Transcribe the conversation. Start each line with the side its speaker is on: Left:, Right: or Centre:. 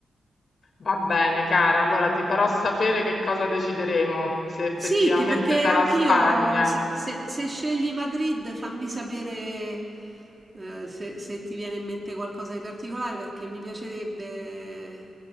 Left: Va bene, cara, allora ti farò sapere che cosa decideremo, se effettivamente
Right: Sì, che perché
Left: sarà
Right: anch'io,
Left: Spagna.
Right: se, se- se scegli Madrid, fammi sapere eh, se, se ti viene in mente qualcosa di particolare, perché mi piacerebbe